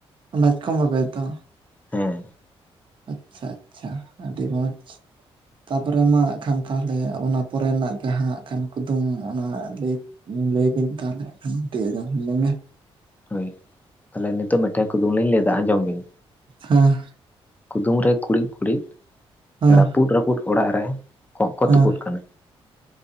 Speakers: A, on the right; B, on the left.
A: ᱵᱟᱪᱠᱚᱢ ᱵᱟᱵᱮ ᱛᱚ
B: ᱦᱮᱸ
A: ᱟᱪᱪᱷᱟ ᱟᱪᱪᱷᱟ ᱟᱹᱰᱤ ᱢᱚᱡᱽ ᱛᱟᱯᱚᱨᱮ ᱢᱟ ᱦᱟᱜ ᱠᱷᱟᱱ ᱛᱟᱦᱚᱞᱮ ᱚᱱᱟ ᱯᱚᱨᱮᱱᱟᱜ ᱡᱟᱦᱟᱸ ᱦᱟᱸᱜ ᱠᱷᱟᱱ ᱠᱩᱫᱩᱢ ᱚᱱᱟ ᱞᱟᱹᱭ ᱞᱟᱹᱭ ᱵᱤᱱ ᱛᱟᱦᱚᱞᱮ ᱴᱷᱤᱠ ᱟᱡᱚᱢ ᱦᱩᱭ ᱞᱮᱜᱮ
B: ᱦᱳᱭ ᱛᱟᱦᱚᱞᱮ ᱱᱤᱛᱚᱜ ᱢᱤᱫᱴᱮᱱ ᱠᱩᱫᱩᱢ ᱞᱤᱧ ᱞᱟᱹᱭᱮᱫᱟ ᱟᱸᱡᱚᱢ ᱵᱤᱱ
A: ᱦᱮᱸ
B: ᱠᱩᱫᱩᱢ ᱨᱮ ᱠᱩᱲᱤᱫᱼ ᱠᱩᱲᱤᱫ
A: ᱦᱮᱸ
B: ᱨᱟᱹᱯᱩᱫ ᱨᱟᱹᱯᱩᱫ ᱚᱲᱟᱜ ᱨᱮ ᱠᱚᱸᱜ ᱠᱚ
A: ᱦᱮᱸ
B: ᱛᱩᱯᱩᱫ ᱠᱟᱱᱟ